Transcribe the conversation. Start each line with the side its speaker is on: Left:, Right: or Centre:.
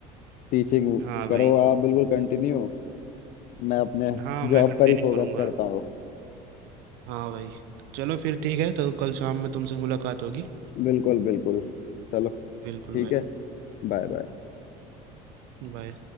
Left: टीचिंग
Right: हाँ
Left: करो
Right: भाई
Left: आप बिल्कुल कंटिन्यू मैं अपने
Right: हाँ
Left: जॉब
Right: मैं कंटिन्यू
Left: पर ही फोकस
Right: करूँगा
Left: करता हूँ
Right: हाँ भाई चलो फिर ठीक है तो कल शाम में तुमसे मुलाकात होगी
Left: बिल्कुल बिल्कुल चलो
Right: बिल्कुल
Left: ठीक
Right: भाई
Left: है Bye bye
Right: बाय